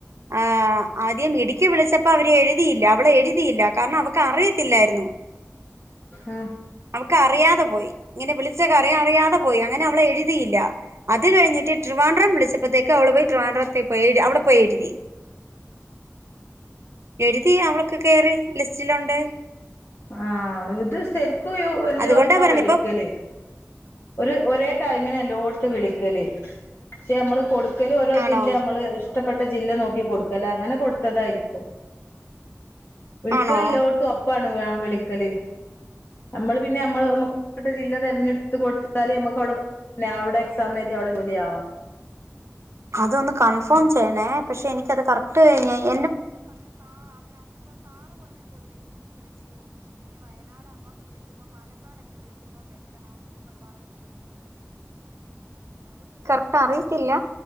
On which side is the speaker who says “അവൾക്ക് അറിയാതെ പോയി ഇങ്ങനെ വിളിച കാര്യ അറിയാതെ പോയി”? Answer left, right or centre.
Right